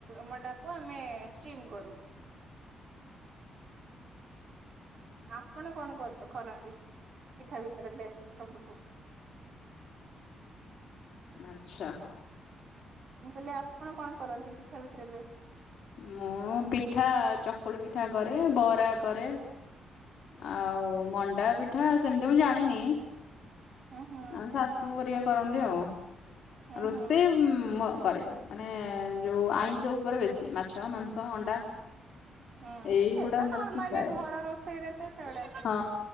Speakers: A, on the right; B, on the left.
A: ମଣ୍ଡାକୁ ଆମେ-ଏ-ଏ-ଏ ଚିମ୍ କରୁ। ଆପଣ କଣ କରୁଚ କରନ୍ତି ପିଠା ଭିତରେ ବେଷ୍ଟ ସବୁଠୁ?
B: ଆଚ୍ଛା ହ।
A: ମୁଁ କହିଲି ଆପଣ କଣ କରନ୍ତି ପିଠା ଭିତରେ ବେଷ୍ଟ?
B: ମୁଁ ପିଠା ଚକୁଳି ପିଠା କରେ ବରା କରେ। ଆଉ ମଣ୍ଡା ପି ପିଠା ସେମିତି ମୁଁ ଜାଣିନି।
A: ହୁଁ ହୁଁ ହୁଁ
B: ଆମେ ଶାଶୁ ଘରିକା କରନ୍ତି ଆଉ।
A: ହୁଁ
B: ରୋଷେଇ
A: ହୁଁ
B: ଉ ମ କରେ ମାନେ-ଏ-ଏ ଯୋଉ
A: ହୁଁ
B: ଆଇଁଷ ଉପରେ ବେଶୀ ମା ମାଂସ, ଅଣ୍ଡା
A: ହୁଁ
B: ଏଇଗୁଡା
A: ସେ ତ
B: ମତେ
A: ନର୍ମାଲି
B: ପ୍ରାୟ
A: ଘର ରୋଷେଇରେ ତ ସେଗୁଡା
B: ହଁ